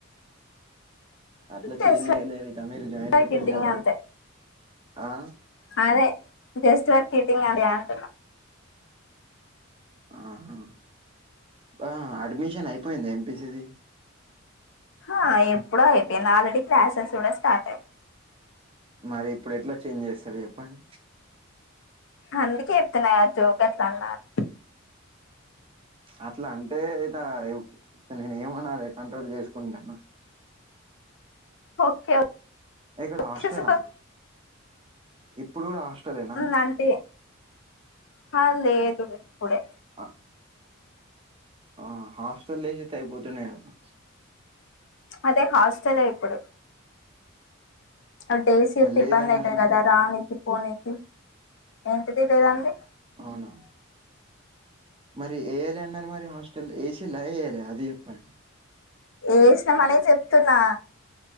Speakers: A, on the right; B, on the left.
A: అట్లా చేంజ్
B: చేస్తా
A: చేయ్యలేరు మీరు జాయిన్
B: ఫర్
A: అయిపోయారు
B: కిడ్డింగ్
A: కద
B: అంతే
A: ఆ.
B: అదే జస్ట్ ఫర్ కిడ్డింగ్ అదే అంటున.
A: ఆహా ఆ అడ్మిషన్ అయిపోయింది ఎంపిసి ది.
B: ఆ ఎప్పుడో అయిపోయింది ఆల్రెడీ క్లాసెస్ కూడా స్టార్ట్ అయింది.
A: మరి ఇప్పుడు ఎట్లా చేంజ్ చేస్తారు చెప్పండి.
B: అందుకే చెప్తున్న కదా జోక్ అట్లా అని.
A: అట్లా అంటే ద నేను ఏమనాలి కంట్రోల్ చేసుకుంటాన.
B: Okay okay.
A: ఇక్కడ
B: ఓకే
A: హాస్టెలా.
B: సార్
A: ఇప్పుడు కూడా హస్టల్ ఏనా.
B: హుమ్ అంటే హ లేదు ఇప్పుడే.
A: ఆ. ఆ హాస్పిటల్ లేసేతే అయిపోతుంటే అయిపోతుండే కదా.
B: అదే హాస్టలే ఇప్పుడు. అ డైస్ చేస్తే
A: మరి లేదన్నారు
B: ఇబ్బంది అవుతుంది
A: మీరు
B: కదా రానికి పోనీనికి ఏంటి తెలీదండి.
A: అవును. మరి వేయ్యాలే అన్నారు మరి హాస్టల్ ఏసీలా వెయ్యలేదా అది చెప్పండి.
B: ఏసినం మనే చెప్తున్నా.